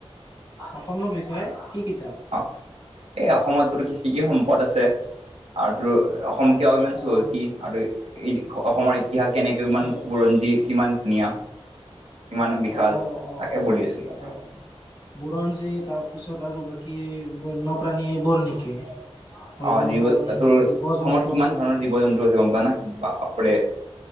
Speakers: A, on the left; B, on the right.
A: অসমৰ বিষয়ে কি কিতাপ
B: অ এই অসমত তোৰ কি কি কি সম্পদ আছে আৰু তোৰ অসম কিয় ইমান চহকী
A: অ
B: আৰু ই অসমৰ ইয়াত কেনেকৈ ইমান
A: অ
B: বুৰঞ্জী কিমান ধুনীয়া কিমান বিশাল
A: অ অ
B: তাকে
A: অ
B: পঢ়ি আছিলো
A: অ অ অ বুৰঞ্জী তাৰ পিছত আৰু বাকী বন্যপ্ৰাণী এইবোৰ নেকি বন্যপ্ৰাণী
B: অ জীৱ
A: হওক
B: তোৰ অসমত
A: জীৱ জন্তু
B: কিমান ধৰণৰ জীৱ জন্তু আছে গম পোৱানে বাপৰে